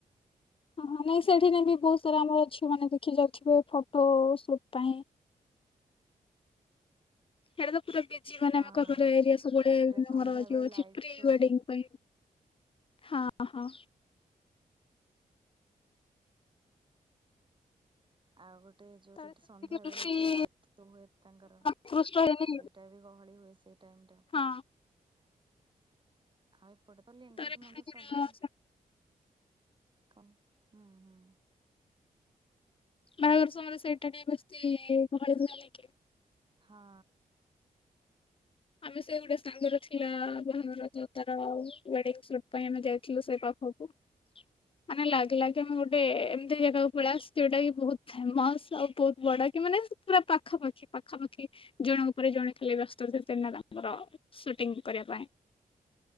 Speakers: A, on the left; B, on the right.
A: ହ ହାଇ ସେଠିନାଇ
B: ହୁଁ।
A: ବି ବହୁତ ସାରା ଆମର ଅଛି ମାନେ ଦେଖି ଯାଉ ିବେ ଫଟୋ ସୁଟ ପାଇଁ <inaudible> ହେଦ <inaudible> ପୁରା ବିଜି ମାନେ
B: ହଁ
A: ଆମ ଏରିଆ ସବୁବେଳେର
B: ତାପରେ ସନ୍ଧ୍ୟା ବେଳେ
A: ଅଛି
B: ଲାଇଟ୍
A: ପ୍ରି
B: ଶୋ
A: ୱେଡି
B: ବି
A: ପାଇଁ ହଁ ହଁ
B: ଆଉ ଗୋଟେ ଗୋଟ ଯୋଉ
A: ତାପରେ
B: ସେଠି ସନ୍ଧ୍ୟା
A: ଟିକେ
B: ବେଳେ
A: ବେଶୀ
B: ବି ଲାଇ ହୁଏ ତାଙ୍କର
A: ଉତ୍କୃଷ୍ଟ ହେଇନି
B: ସେଇଟା ବି ଗହଳି ହୁଏ େଣ୍ଡା <unintelligible>
A: ହଁ
B: ଆମେ <unintelligible> ଏପଟେ ତ ଲିଙ୍ଗଜ
A: ତାପରେ ବାହାଘର
B: ମନ୍ଦିର ସବୁବେଳେ କ ହୁଁ ହୁ
A: ବାହାଘର ସମୟରେ ସେଇଟା ଟିକ ବେଶତି ଭଳିଭଳି କି ନେଇକ
B: ହଁ
A: ଆମେ ସେ ଗୋଟେ ସାଙ୍ଗରେ ଥିଲାର ଯୋଉ ତାର ୱେଡିଙ୍ଗ ସୁଟ ପାଇଁ ଆମେ ସେ ଗୋଟିଏ ସାଙ୍ଗର ଥିଲା ବାହାଘର ତ ଉଣ୍ଡିଙ୍ଗୀ ସୁଟ୍ ଥିଲା ଯାଇଥିଲୁ ସେ ପାଖକୁ ମାନେ ଲାଗିଲା କି ଆମେ ଗୋଟେ ଏମିତି ଜାଗାକୁ ପଳୁ ଯୋଉଟା କି ବହୁତ ଫେମସ ଆଉ ବହୁତ ବଡ କି ମାନେ ପୁରା ପାଖାପାଖି ପାଖାପାଖି ଜଣ ପ ଜଣେ ଥିଲେ ବ୍ୟସ୍ତ ସେନା ତାଙ୍କର ସୁଟିଂ କରିବା ପାଇଁ